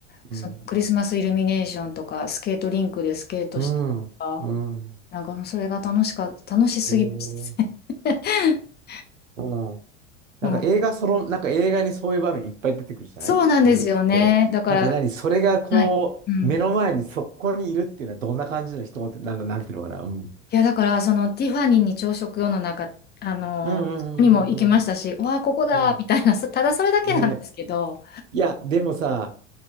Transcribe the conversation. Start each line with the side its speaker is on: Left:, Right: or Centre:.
Left: そのクリスマスイルミネーションとか、
Right: うん。
Left: スケートリンクでスケートしたりとか、
Right: うん。うん。
Left: なんかもうそれが楽しか、楽しすぎましたね。
Right: えー、
Left: <laughs>
Right: うん。なんか映画その、
Left: うん、
Right: なんか映画にそういう場面いっぱい出てくるじゃないニューヨークって。
Left: そうなんですよね。だから、
Right: なんか何、それがこう、
Left: はい。うん。
Right: 目の前にそこにいるっていうのはどんな感じの一言、
Left: い
Right: なんか、なんていうのかな。うん。
Left: や、だから、そのティファニーに朝食用の中、あの、
Right: うんうんうん
Left: そこにも行きましたし、うわあ、ここだみたいな、
Right: うんうん。
Left: そただそれだけなんですけど、
Right: うんね。いや、でもさ、